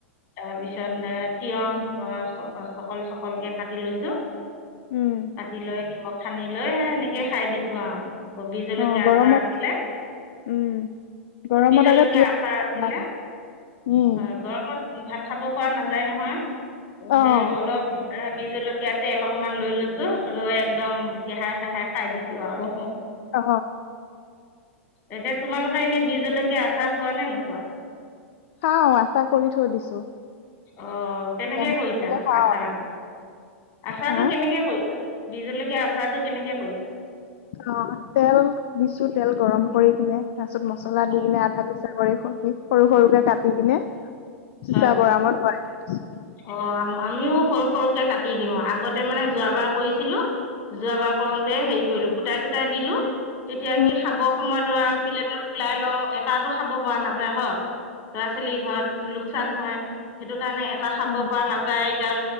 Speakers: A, on the left; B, on the left.
A: তাৰপিছত তিয়ঁহ চকল-চকলকে- কাটি লৈছো,
B: উম,
A: কাটি লৈ নিমখ সানি লৈ এনেকে খাই দিছো আৰু। কবি জলকীয়া
B: অ', গৰমত
A: আচাৰ আছিলে।
B: উম গৰমত
A: বিহজলকীয়া
B: আকৌ তিয়হ
A: আচাৰ আছিলে।
B: ভাল।
A: উমঁ,
B: উম
A: গৰমত- ভাত খাব পৰা নাযায় নহয়,
B: অ',
A: হেৰি অলপ- বিহ জলকীয়া তেল অকণমান লৈ লৈছো, লৈ একদম গেহাই- ঘেহাই খাই দিছো আৰু।
B: অ।
A: এতিয়া তোমালোকে এনেই বিহ জলকীয়া আচাৰ খোৱা নে নোখোৱা?
B: খাওঁ আচাৰ কৰি থৈ দিছো।
A: অ', কেনেকে
B: এতিয়া মন
A: কৰিছা
B: গ'লে খাওঁ।
A: আচাৰটো, আচাৰটো
B: হা
A: কেনেকে কৰিছা? বিহ জলকীয়া আচাৰটো কেনেকে কৰিছা?
B: অঁহ', - তেল দিছো, তেল গৰম কৰি কিনে, তাৰ পিছত মছলা
A: হয়
B: দি কিনে আধা <unintelligible> সৰু সৰুকে কাটি কিনে চিচা
A: হয়
B: বৈয়ামত ভৰাই থৈ দিছোঁ।
A: অ আমিও সৰু সৰুকে কাটি দিওঁ আগতে মানে যোৱা বাৰ কৰিছিলোঁ। যোৱ বাৰ কৰোঁতে হেৰি কৰিলো গোটাই গোটাই দিলোঁ। তেতিয়া
B: উম,
A: কি খাব সময়ত <unintelligible> প্লেটত ওলাই লওঁ এটাতো খাব পৰা নাযায় হয়। ল'ৰা -ছোৱালীৰ ঘৰত লোকচান হয় সেইটো কাৰণে এটা খাব
B: উম,
A: পাৰা নাযায় এতিয়া